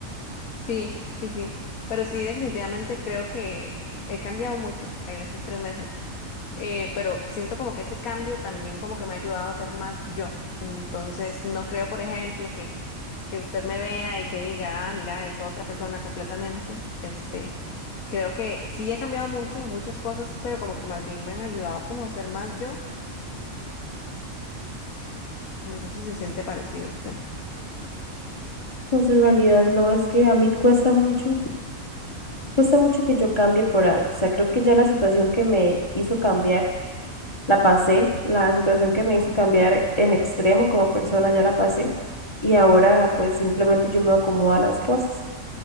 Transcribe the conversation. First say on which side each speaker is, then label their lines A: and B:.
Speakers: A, on the left; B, on the left.
A: Sí, sí, sí. Pero sí, definitivamente creo que he cambiado mucho en esos tres meses. Eh, pero siento como que ese cambio también como que me ha ayudado a ser más yo. Entonces, no creo, por ejemplo, que, que usted me vea y que diga, ah, mira, es otra persona completamente. Este, creo que sí he cambiado mucho, muchas cosas, pero como que más bien me han ayudado como a ser más yo. No sé si se siente parecido a usted.
B: Pues en realidad no, es que a mí cuesta mucho, cuesta mucho que yo cambie por algo. O sea, creo que ya la situación que me hizo cambiar la pasé, la situación que me hizo cambiar en extremo como persona ya la pasé y ahora pues simplemente yo me acomodo a las cosas.